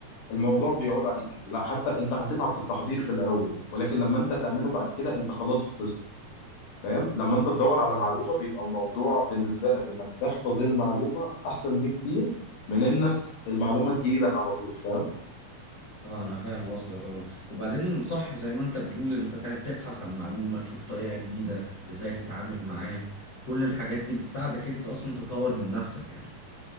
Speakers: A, on the left; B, on the left.
A: الموضوع بيعود عليك لا حتى انت هتتعب في التحضير في الاول ولكن لما انت تعمله بعد كده انت خلاص حفظته فاهم لما انت تدور على معلومه بيبقى الموضوع بالنسبه لك انك تحفظ المعلومه احسن بكتير من انك المعلومه تجيلك على طول فاهم
B: اه انا فاهم قصدك اه وبعدين صح زي ما انت بتقول انت تع- تبحث عن معلومة تشوف طريقة جديدة ازاي تتعامل معاه كل الحاجات دي بتساعدك انت اصلا تطور من نفسك يعني